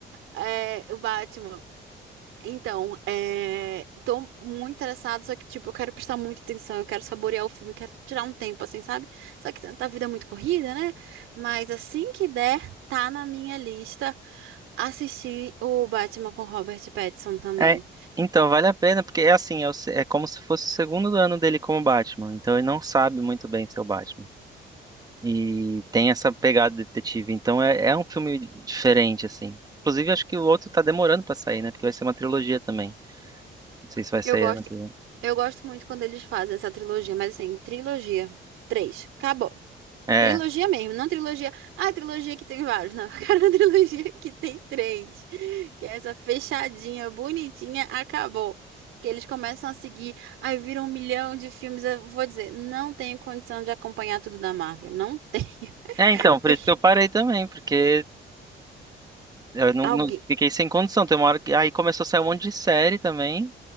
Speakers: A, on the right; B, on the right.
A: É, o Batman. Então, é... tô muito interessada, só que, tipo, eu quero prestar muita atenção, eu quero saborear o filme, eu quero tirar um tempo, assim, sabe? Só que a vida é muito corrida, né? Mas assim que der, tá na minha lista assistir o Batman com Robert Pattinson também.
B: É, então, vale a pena, porque é assim, é, o se- é como se fosse o segundo ano dele como Batman. Então, ele não sabe muito bem ser o Batman. E tem essa pegada de detetive. Então, é, é um filme diferente, assim. Inclusive, acho que o outro tá demorando pra sair, né? Porque vai ser uma trilogia também. Não sei se vai sair
A: Eu gosto,
B: ano que vem.
A: eu gosto muito quando eles fazem essa trilogia, mas assim, trilogia, três, acabou.
B: É.
A: Trilogia mesmo, não trilogia. Ah, trilogia que tem vários. Não, <laughs> eu quero uma trilogia que tem três. Que é essa fechadinha, bonitinha, acabou. Que eles começam a seguir, aí viram um milhão de filmes. Eu vou dizer, não tenho condição de acompanhar tudo da Marvel. Não tenho. <laughs>
B: É, então, por
A: Porque
B: isso que eu parei também, porque eu não, não-
A: Alguém,
B: fiquei sem condição. Tem uma hora que. Aí começou a sair um monte de série também.